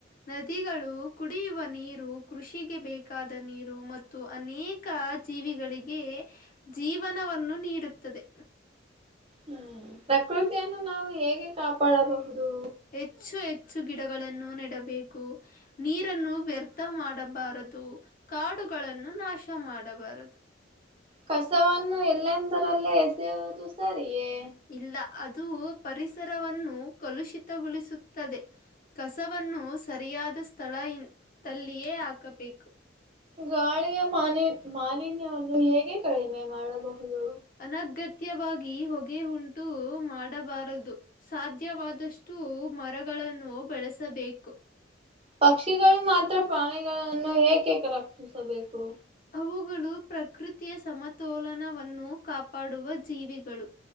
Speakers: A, on the left; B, on the right.
A: ನದಿಗಳು ಕುಡಿಯುವ ನೀರು ಕೃಷಿಗೆ ಬೇಕಾದ ನೀರು ಮತ್ತು ಅನೇಕ ಜೀವಿಗಳಿಗೆ ಜೀವನವನ್ನು ನೀಡುತ್ತದೆ
B: ಹ್ಮ್ ಪ್ರಕೃತಿಯನ್ನು ನಾವು ಹೇಗೆ ಕಾಪಾಡಬಹುದು
A: ಹೆಚ್ಚು ಹೆಚ್ಚು ಗಿಡಗಳನ್ನು ನೆಡಬೇಕು ನೀರನ್ನು ವ್ಯರ್ಥ ಮಾಡಬಾರದು ಕಾಡುಗಳನ್ನು ನಾಶ ಮಾಡಬಾರದು
B: ಕಸವನ್ನು ಎಲ್ಲೆಂದರಲ್ಲೇ ಎಸೆಯುವುದು ಸರಿಯೇ
A: ಇಲ್ಲ ಅದು ಪರಿಸರವನ್ನು ಕಲುಷಿತಗೊಳಿಸುತ್ತದೆ ಕಸವನ್ನು ಸರಿಯಾದ ಸ್ಥಳ ಇ ತಲ್ಲಿಯೇ ಹಾಕಬೇಕು
B: ಗಾಳಿಯ ಮಾಲಿ ಮಾಲಿನ್ಯವನ್ನು ಹೇಗೆ ಕಡಿಮೆ ಮಾಡಬಹುದು
A: ಅನಗತ್ಯವಾಗಿ ಹೊಗೆ ಉಂಟು ಮಾಡಬಾರದು ಸಾಧ್ಯವಾದಷ್ಟು ಮರಗಳನ್ನು ಬೆಳಸಬೇಕು
B: ಪಕ್ಷಿಗಳು ಮಾತ್ರ ಪ್ರಾಣಿಗಳನ್ನು ಏಕೆ ರಕ್ಷಿಸಬೇಕು
A: ಅವುಗಳು ಪ್ರಕೃತಿಯ ಸಮತೋಲನವನ್ನು ಕಾಪಾಡುವ ಜೀವಿಗಳು